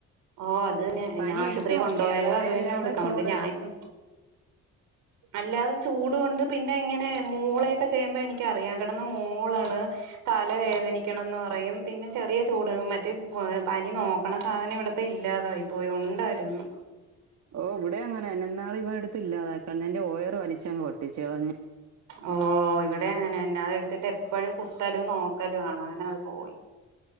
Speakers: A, on the right; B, on the right.
A: ഓഹ അത്ന്നെ
B: പനി
A: ഞാൻ ആശുപത്രിയിൽ
B: എടുത്തു നോക്കിയായിരുന്നോ
A: കൊണ്ടുപോയാലോ
B: അതെ
A: അത് തന്നെ
B: അല്ലാതെ
A: കൊടുക്കാം
B: ചൂട്
A: കൊണ്ട് ഞാൻ ഇപ്പം
B: <inaudible>
A: അല്ലാതെ ചൂട് കൊണ്ട് പിന്നെ ഇങ്ങനെ മൂളൊക്കെ ചെയ്യുമ്പോ എനക്ക് അറിയാം കിടന്ന് മോളാണ് തല വേദനിക്കണംന്ന് പറയും പിന്നെ ചെറിയ ചൂട് മറ്റേ പനി നോക്കണ സാധനം ഇവിടെ ഇല്ലാതായി പോയി ഉണ്ടായിരുന്നു
B: ഓ ഇവിടെ അങ്ങനൊ എന്നാള ഇവടെടുത്തില്ലാതാക്ക എന്റെ യർ വലിച്ചങ് പട്ടിച്ച് കളഞ്ഞ്
A: ഓ ഇവിടെ അങ്ങനെന്നെ അത എടുത്തിട്ട് എപ്പഴും കുത്തലും നോക്കലും ആണോ അങ്ങനെ അത് പോയി